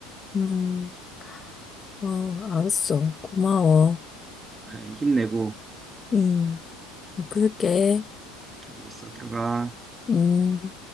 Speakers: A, on the left (about 25°); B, on the right (about 20°).
A: 음. 어, 알았어. 고마워.
B: 그래, 힘내고
A: 응, 그럴게.
B: 잘 있어 들어가.
A: 음.